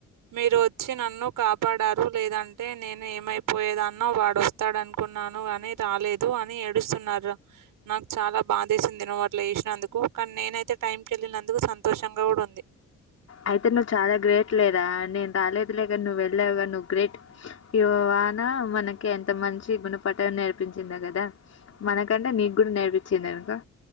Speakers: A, on the right; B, on the left.
A: మీరు వచ్చి నన్ను కాపాడారు లేదంటే నేను ఏమైపోయేదన్నో వాడు వస్తాడునుకున్నాను కాని రాలేదు అని ఏడుస్తున్నారు నాకు చాలా బాధేసింది నువ్వు అట్ల చేసినందుకు కానీ నేనైతే టైంకెళ్లినందుకు సంతోషంగా కూడా ఉంది
B: అయితే నువ్వు చాలా గ్రేట్ లేరా నేను రాలేదు లేక నువ్వు వెళ్ళావు కాద నువ్వు గ్రేట్ వానా మనకి ఎంత మంచి గుణపాఠం నేర్పించింది కదా మనకంటే నీకు కూడా నేర్పించింది కనుక